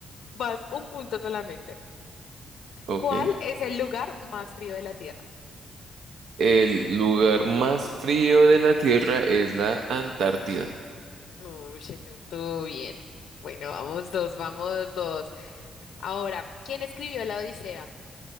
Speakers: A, on the left; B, on the right.
A: Vas un punto solamente.
B: Ok.
A: ¿Cuál es el lugar más frío de la Tierra?
B: El lugar más frío de la Tierra es la Antártida.
A: Uy, eso estuvo bien. Bueno, vamos dos, vamos dos. Ahora, ¿quién escribió la Odisea?